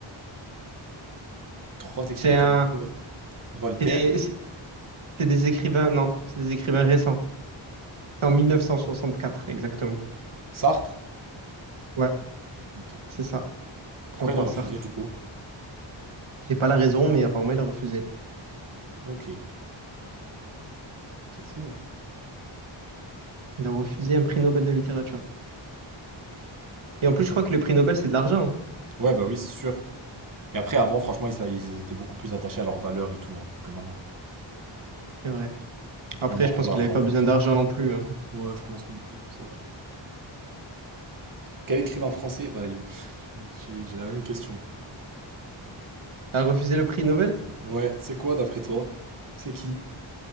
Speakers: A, on the right; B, on the right.
A: Trois écrivains
B: C'est un.
A: qui avaient pu... Voltaire?
B: C'est c'est- c'est des écrivains. Non, c'est des écrivains récents. C'est en 1964, exactement.
A: Sartre?
B: Ouais,
A: Ok.
B: c'est ça.
A: Pourquoi
B: Jean-Paul
A: il a refusé
B: Sartre.
A: du coup?
B: J'ai pas la raison, mais apparemment, il a refusé.
A: Ok, c'est fou, hein.
B: Il a refusé un prix Nobel de littérature. Et en plus, je
A: Ouais,
B: crois que le prix Nobel, c'est de l'argent. hein.
A: Ouais, bah oui, c'est sûr. Mais après, avant, franchement, ils, ça- ils étaient beaucoup plus attachés à leurs valeurs et tout, hein, que maintenant.
B: C'est vrai. Après,
A: Maintenant,
B: je
A: pour
B: pense
A: l'argent,
B: qu'il avait pas
A: ils font
B: besoin
A: tout.
B: d'argent non plus. hein.
A: Ouais, je pense non plus, c'est vrai. Quel écrivain français? Bah, il me- <laughs> j'ai j'ai la même question.
B: Il a refusé le prix Nobel?
A: Ouais, c'est quoi d'après toi? C'est qui?